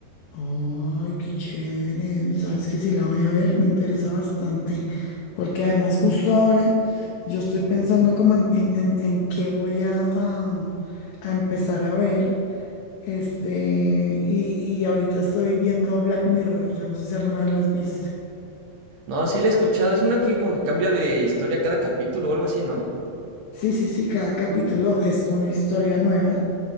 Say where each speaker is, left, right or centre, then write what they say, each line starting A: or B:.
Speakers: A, on the left; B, on the right.
A: Ay, qué chévere. Sabes que sí la voy a ver, me interesa bastante. Porque además justo ahora yo estoy pensando como en, en, en- en qué voy a, a- a empezar a ver. Este, y, y ahorita estoy viendo Black Mirror. Yo no sé si alguna vez las viste.
B: No, sí la he escuchado, es una que como que cambia de historia cada capítulo o algo así, ¿no?
A: Sí, sí, sí, cada capítulo es una historia nueva.